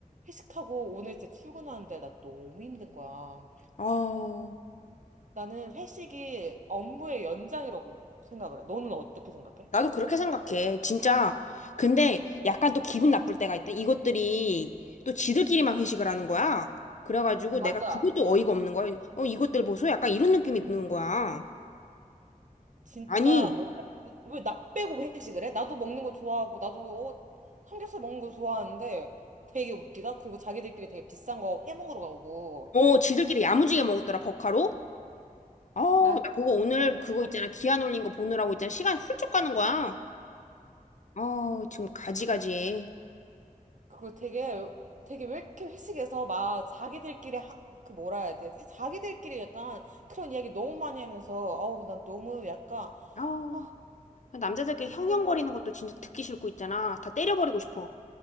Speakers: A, on the right; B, on the left.
A: 회식하고 오늘 진짜 출근하는데 나 너무 힘든 거야.
B: 아,
A: 나는 회식이 업무의 연장이라고 생각을 해. 너는 어떻게 생각해?
B: 나도 그렇게 생각해. 진짜. 근데 약간 또 기분 나쁠 때가 있다. 이것들이 또 지들끼리만 회식을 하는 거야. 그래가지고
A: 맞아.
B: 내가 그것도 어이가 없는 거야. 어, 이것들 보소? 약간 이런 느낌이 드는 거야.
A: 진짜,
B: 아니,
A: 뭐, 왜 나 빼고 회식을 해? 나도 먹는 거 좋아하고, 나도, 어, 삼겹살 먹는 거 좋아하는데 되게 웃기다. 그리고 자기들끼리 되게 비싼 거 회 먹으러 가고.
B: 어, 지들끼리 야무지게 먹었더라, 버카로? 아, 나
A: 나
B: 그거 오늘 그거 있잖아. 기한 올린 거 보느라고 있잖아. 시간 훌쩍 가는 거야. 아, 지금 가지가지해.
A: 그리고 되게 되게 왜 이렇게 회식에서 막 자기들끼리 하, 그 뭐라 해야 되지? 자기들끼리 약간 그런 이야기 너무 많이 하면서 어우 난 너무 약간
B: 아,
A: 아
B: 남자들끼리 형형거리는
A: 네.
B: 것도 진짜 듣기 싫고 있잖아. 다 때려버리고 싶어.